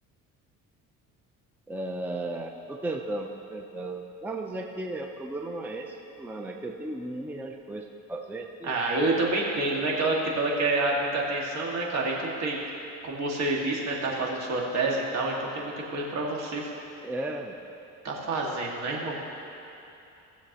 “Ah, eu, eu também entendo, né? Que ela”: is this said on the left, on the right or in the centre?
Right